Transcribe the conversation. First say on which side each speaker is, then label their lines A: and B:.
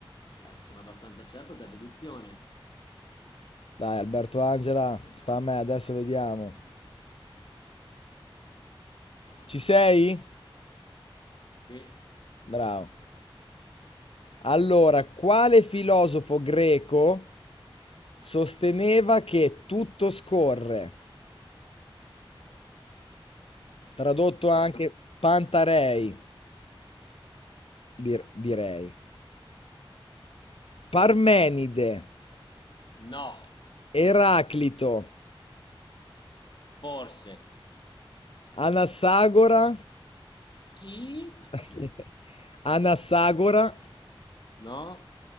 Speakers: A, on the left (about 55°); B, on the left (about 85°).
A: Eh, ne sono abbastanza certo per deduzione.
B: Dai, Alberto Angela, sta a me, adesso vediamo. Ci sei?
A: Sì,
B: Bravo. Allora, quale filosofo greco sosteneva che tutto scorre? Tradotto anche
A: sì.
B: Pantarei. dir- direi. Parmenide,
A: No,
B: Eraclito,
A: forse.
B: Anassagora,
A: Chi?
B: <laughs>
A: <laughs>
B: Anassagora
A: No,